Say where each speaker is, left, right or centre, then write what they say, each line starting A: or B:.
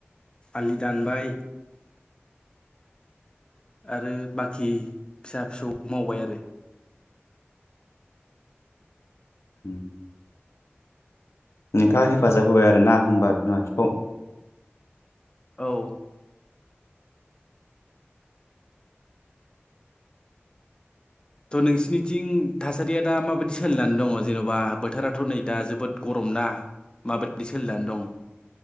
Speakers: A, on the left; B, on the left.
A: आलि दानबाय, आरो बाखि फिसा फिसौ मावबाय आरो।
B: उम नोंथाङा हेफाजाब होबाय आरोना होनबा बिमा बिफाखौ
A: औ। थ' नोंसिनिथिं थासारिया दा माबायदि सोलिनानै दङ जेन'बा बोथोराथ' नै दा जोबोद गरम ना माबायदि सोलिनानै दं?